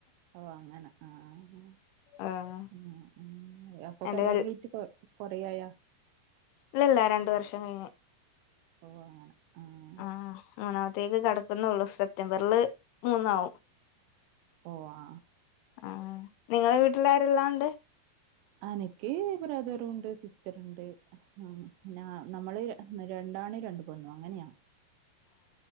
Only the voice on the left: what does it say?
ആഹ്
എന്റെ
ഇല്ലല്ല രണ്ട വർഷം കഴിഞ്ഞ്
ആ മൂന്നാമത്തേക്ക് കടക്കുന്നുള്ളൂ സെപ്റ്റംബറില് മൂന്നാാവും
ആഹ് നിങ്ങളെ വീട്ടിലാരല്ലാം ഉണ്ട്